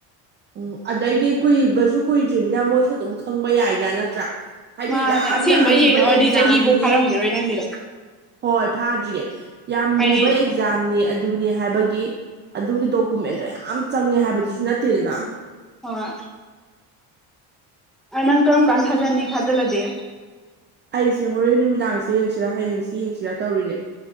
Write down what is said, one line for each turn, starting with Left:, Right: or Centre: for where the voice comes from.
Right: ꯎꯝ ꯑꯗꯩꯗꯤ ꯀꯨꯏꯕꯁꯨ ꯀꯨꯏꯗ꯭ꯔꯤꯕꯃꯤꯅ ꯃꯣꯏꯁꯨ ꯑꯗꯨꯝ ꯈꯪꯕ ꯌꯥꯏꯅ ꯅꯠꯇ꯭ꯔꯥ ꯍꯥꯏꯗꯤ
Centre: ꯃꯥꯅꯦ
Right: ꯌꯥꯝꯅ
Centre: ꯑꯁꯦꯡꯕ
Right: ꯑꯔꯨꯕ
Centre: ꯌꯦꯡꯅꯕꯗꯤ
Right: ꯑꯦꯛꯖꯥꯝꯒꯤꯅꯤ
Centre: ꯆꯍꯤꯕꯨ ꯐꯥꯔꯝꯈꯤꯔꯣꯏ ꯅꯪꯒꯤꯗꯣ
Right: ꯍꯣꯏ ꯐꯥꯗ꯭ꯔꯤꯌꯦ ꯌꯥꯝ
Centre: ꯍꯥꯏꯗꯤ
Right: ꯂꯨꯕ ꯑꯦ ꯑꯦꯛꯖꯥꯝꯅꯤ ꯑꯗꯨꯅꯤ ꯍꯥꯏꯕꯒꯤ ꯑꯗꯨꯒꯤ ꯗꯣꯀꯨꯃꯦꯟꯗꯣ ꯌꯥꯝ ꯆꯪꯉꯦ ꯍꯥꯏꯕꯗꯨꯁꯨ ꯅꯠꯇꯦꯗꯅ
Centre: ꯍ ꯅꯪ ꯀꯔꯝ ꯀꯥꯟꯗ ꯊꯥꯖꯅꯤ ꯊꯥꯖꯜꯂꯗꯤ
Right: ꯑꯩꯁꯦ ꯍꯣꯔꯦꯟ ꯅꯨꯃꯤꯗꯥꯡꯁꯦ ꯌꯦꯡꯁꯤꯔꯥ ꯍꯌꯦꯡꯁꯤ ꯌꯦꯡꯁꯤꯔꯥ ꯇꯧꯔꯤꯅꯦ